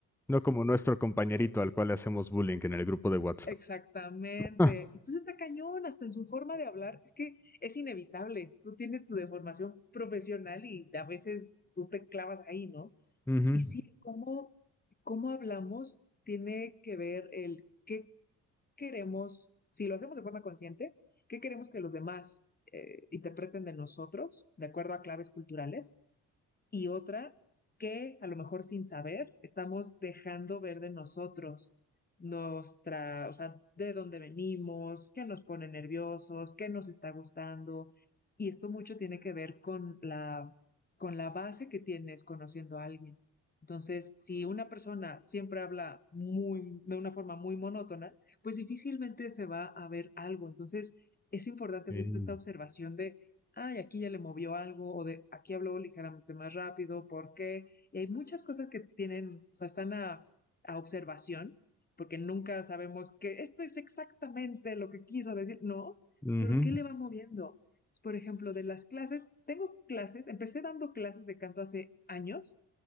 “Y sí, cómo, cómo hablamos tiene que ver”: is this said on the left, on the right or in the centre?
Left